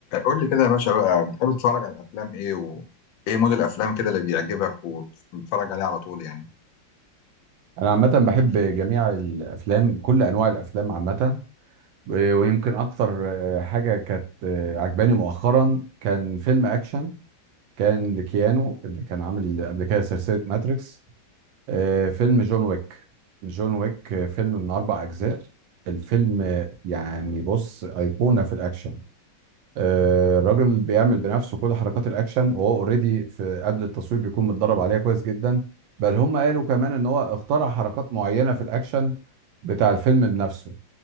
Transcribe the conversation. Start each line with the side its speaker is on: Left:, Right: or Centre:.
Left: قول لي كده يا باشا بقى بتحب تتفرج على الافلام ايه وايه مود الافلام كده اللي بيعجبك وبتتفرج عليه على طول يعني
Right: انا عامه بحب جميع الافلام كل انواع الافلام عامه و- ويمكن اكتر آه، حاجه كانت آه، عجباني مؤخرا كان فيلم اكشن كان لكيانو اللي كان عامل قبل كده سلسله ماتريكس آه، فيلم جون ويك جون ويك آه، فيلم من اربع اجزاء الفيلم آه، يعني بص ايقونه في الاكشن آه، الراجل بيعمل بنفسه كل حركات الاكشن وهو اوريدي في قبل التصوير بيكون متدرب عليها كويس جدا بل هم قالوا كمان ان هو اخترع حركات معينه في الاكشن بتاع الفيلم بنفسه